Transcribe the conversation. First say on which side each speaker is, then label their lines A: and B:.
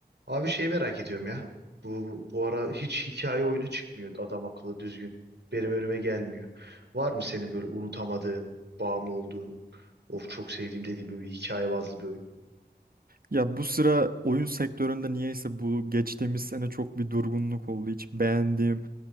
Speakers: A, on the right (about 80°); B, on the right (about 55°).
A: Abi şeyi merak ediyorum ya. Bu bu ara hiç hikaye oyunu çıkmıyor adam akıllı düzgün. Benim önüme gelmiyor. Var mı senin böyle unutamadığın, bağımlı olduğun, of çok sevdiğim dediğin böyle bir hikaye bazlı bir oyun?
B: Ya bu sıra oyun sektöründe niyeyse bu geçtiğimiz sene çok bir durgunluk oldu. Hiç beğendiğim,